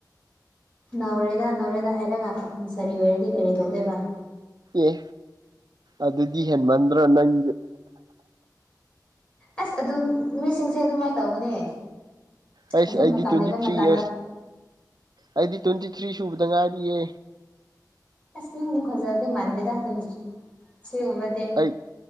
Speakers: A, on the left; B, on the right.
A: ꯅꯧꯔꯦꯗ ꯅꯧꯔꯦꯗ ꯍꯥꯏꯔꯒ ꯄꯥꯈꯪ ꯁꯥꯔꯤ ꯑꯣꯏꯔꯗꯤ ꯀꯔꯤ ꯇꯧꯗꯣꯏꯕ
B: ꯑꯦ ꯑꯗꯨꯗꯤ ꯍꯦꯟꯃꯟꯗ꯭ꯔꯣ ꯅꯪ
A: ꯑꯁ ꯑꯗꯨꯝ ꯃꯤꯁꯤꯡꯁꯦ ꯑꯗꯨꯃꯥꯏꯅ ꯇꯧꯕꯅꯦ
B: ꯑꯩꯁ
A: ꯑꯗꯨ
B: ꯑꯩꯗꯤ
A: ꯃꯇꯝ
B: ꯇ꯭ꯋꯦꯟꯇꯤ
A: ꯂꯩꯕ ꯃꯇꯝꯗ
B: ꯊ꯭ꯔꯤ ꯏꯔꯁ ꯑꯩꯗꯤ ꯇ꯭ꯋꯦꯟꯇꯤ ꯊ꯭ꯔꯤ ꯁꯨꯕꯗ ꯉꯥꯏꯔꯤꯌꯦ
A: ꯑꯁ ꯅꯗꯤ ꯈꯣꯖꯗꯤ ꯃꯟꯗꯦꯗ ꯇ꯭ꯋꯦꯟꯇꯤ ꯊ꯭ꯔꯤ ꯈꯨꯝꯕꯗꯤ
B: ꯑꯩ